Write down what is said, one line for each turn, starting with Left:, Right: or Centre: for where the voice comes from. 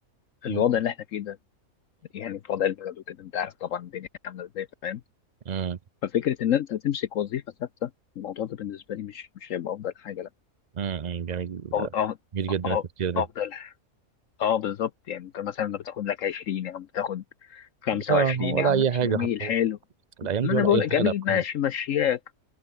Left: في
Right: امم
Left: الوضع اللي احنا فيه ده يعني في وضع البلد وكده انت عارف طبعا الدنيا عامله ازاي فاهم
Right: امم
Left: ففكره ان انت تمسك وظيفه ثابته الموضوع ده بالنسبه لي مش مش هيبقى افضل حاجه لا
Right: امم أمم. جميل
Left: أو- أو-
Right: جميل جدا
Left: أو-
Right: التفكير
Left: افضل
Right: ده
Left: اه بالظبط يعني انت مثلا بتاخد لك 20 يا عم بتاخد 25
Right: اه ولا
Left: يا عم
Right: اي
Left: ماشي
Right: حاجه
Left: جميل
Right: حرفيا
Left: حلو
Right: الايام
Left: ما
Right: دي
Left: انا
Right: ولا
Left: بقول
Right: اي
Left: لك
Right: حاجه
Left: جميل
Right: الارقام
Left: ماشي
Right: دي
Left: مشياك